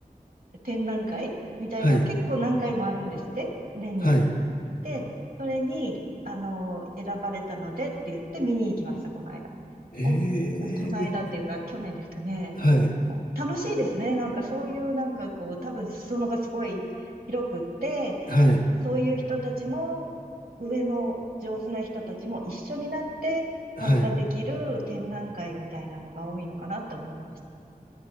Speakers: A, on the right; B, on the left.
A: 展覧会みたいのが結構何回もあるんですって、
B: はい、
A: 年に。
B: はい、
A: で、それに、あの、選ばれたのでって言って見に行きました、この間。
B: ええー、
A: お、この間っていうか、
B: ね
A: 去年ですかね。
B: はい、
A: お楽しいですね。なんかそういう、なんかこう、多分裾野がすごい広くって、
B: はい、
A: そういう人たちも、上の上手な人たちも一緒になって参加できる展覧会みたいなのが多いのかなって思いました。
B: はい。